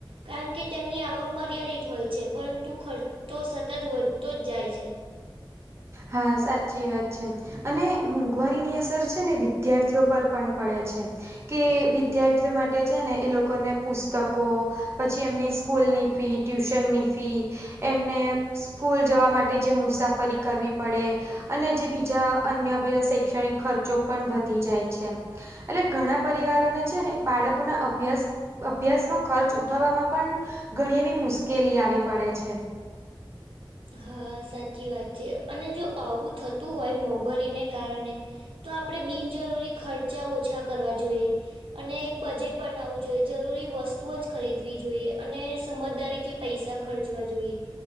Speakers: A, on the right; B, on the right.
A: કારણ કે તેમની આવક મર્યા છે પરંતુ ખર્ચ તો સતત વધતો જ જાય છે,
B: હા સાચી વાત છે. અને મોંઘવારી ની અસર છે ને વિદ્યાર્થીઓ પર પન પડે છે. કે વિદ્યાર્થીઓ માટે છે ને એ લોકોને પુસ્તકો પછી એમની સ્કૂલની ફી ટ્યુશનની ફી એમને સ્કૂલ જવા માટે જે મુસાફરી કરવી પડે અને જે બીજા અન્ય બે શૈક્ષણિક ખર્ચો પન વધી જાય છે. એટલે ઘણા પરિવારોને છે ને બાળકો ના અભ્યાસ અભ્યાસનો ખર્ચ ઉઠાવવામાં પન ઘણી એવી મુશ્કેલી આવી પડે છે.
A: હા સાચી વાત છે અને જો આવું થતું હોય મોંઘવારીને કારને તો આપણેે બિનજરૂરી ખર્ચા ઓછા કરવા જોઈએ. અને એક બજેટ બનાવવું જોઈએ જરૂરી વસ્તુઓ જ ખરીદવી જોઈએ અને સમજદારીથી પૈસા ખર્ચવા જોઈએ